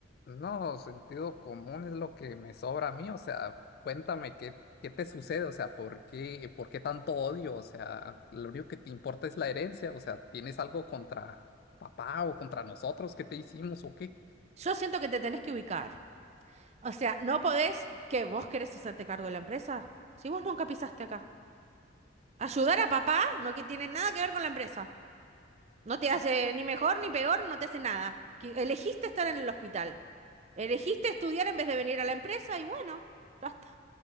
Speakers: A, on the left; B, on the right.
A: No, sentido común es lo que me sobra a mí, o sea, cuéntame qué, qué te sucede, o sea, ¿por qué, por qué tanto odio? O sea, lo único que te importa es la herencia, o sea, ¿tienes algo contra papá o contra nosotros que te hicimos o qué?
B: Yo siento que te tenés que ubicar. O sea, no podés que vos querés hacerte cargo de la empresa. Si vos nunca pisaste acá. Ayudar a papá no que tiene nada que ver con la empresa. No te hace ni mejor ni peor, no te hace nada. Que- Elegiste estar en el hospital. Elegiste estudiar en vez de venir a la empresa y bueno, basta.